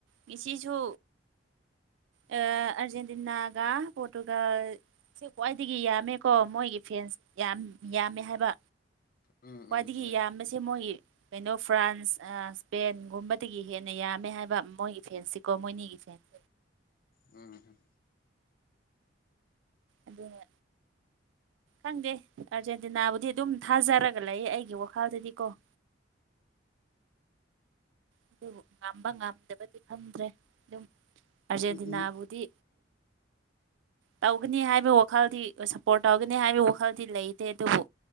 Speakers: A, on the right; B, on the left.
A: ꯉꯁꯤꯁꯨ ꯑꯥ ꯑꯔꯖꯦꯟꯇꯤꯅꯥ ꯒꯥ ꯄꯣꯔꯇꯨꯒꯜ ꯁꯤ ꯈ꯭ꯋꯥꯏꯗꯒꯤ ꯌꯥꯝꯃꯦꯀꯣ ꯃꯣꯏꯒꯤ ꯐꯦꯟꯁ ꯌꯥꯝ ꯌꯥꯝꯃꯦ ꯍꯥꯏꯕ
B: ꯎꯝ
A: ꯈ꯭ꯋꯥꯏꯗꯒꯤ
B: ꯎꯝ ꯍꯣꯏ
A: ꯌꯥꯝꯕꯁꯦ
B: ꯍꯣꯏ
A: ꯃꯣꯏꯒꯤ ꯀꯩꯅꯣ ꯐ꯭ꯔꯥꯟꯁ ꯑꯥ ꯁ꯭ꯄꯦꯟꯒꯨꯝꯕꯗꯒꯤ ꯍꯦꯟꯅ ꯌꯥꯝꯃꯦ ꯍꯥꯏꯕ ꯃꯣꯏꯒꯤ ꯐꯦꯟꯁꯤꯀꯣ ꯃꯣꯏꯅꯤꯒꯤ ꯐꯦꯟꯁ
B: ꯎꯝ
A: ꯑꯗꯨꯅꯦ ꯈꯪꯗꯦ ꯑꯥꯔꯖꯦꯟꯇꯤꯅꯥꯕꯨꯗꯤ ꯑꯗꯨꯝ ꯊꯥꯖꯔꯒ ꯂꯩꯌꯦ ꯑꯩꯒꯤ ꯋꯥꯈꯜꯗꯗꯤ ꯀꯣ ꯑꯗꯨꯕꯨ ꯉꯝꯕ ꯉꯝꯗꯕꯗꯤ ꯈꯪꯗ꯭ꯔꯦ ꯑꯗꯨꯝ ꯑꯥꯔꯖꯦꯟꯇꯤꯅꯥꯕꯨꯗꯤ
B: ꯎꯝ
A: ꯇꯧꯒꯅꯤ ꯍꯥꯏꯕꯒꯤ ꯋꯥꯈꯜꯗꯤ ꯁꯞꯄꯣꯔꯠ ꯇꯧꯒꯅꯤ ꯍꯥꯏꯕꯒꯤ ꯋꯥꯈꯜꯗꯤ ꯂꯩꯇꯦ ꯑꯗꯨꯕꯨ